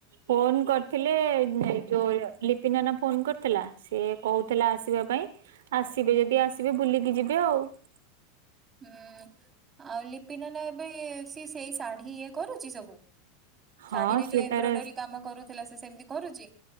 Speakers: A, on the right; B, on the right.
A: ଫୋନ କରି ହେଲେ ଜୋ ୟ ନାନା ଫୋନ କରିଥିଲା ସିଏ କହୁଥିଲା ଆସିବା ପାଇଁ ଆସିବେ ଯଦି ଆସିବେ ବୁଲିକି ଯିବେ ଆଉ। ହ <inaudible>
B: ହୁଁ ଆଉ ଲିପି ନନା ଏବେ ସି ସେଇ ଶାଢୀ ଇଏ କରୁଛି ସବୁ।
A: ହଁ
B: ଶାଢୀରେ
A: ସିଏ
B: ଯୋଉ ଏମ୍ବ୍ରୋଏଡରୀ
A: ତାର
B: କାମ କରୁଥିଲା ସେ ସେମିତି କରୁଛି?